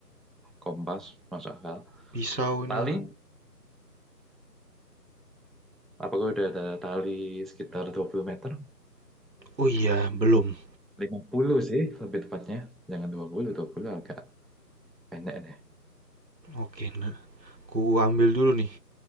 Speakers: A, in the centre; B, on the right.
A: kompas, masuk akal.
B: pisau
A: Tali,
B: nih.
A: apakah udah ada tali sekitar 20 meter?
B: Oh iya, belum.
A: 50 sih lebih tepatnya. Jangan dua puluh, dua puluh agak pendek deh.
B: Oke, nah. Ku ambil dulu nih.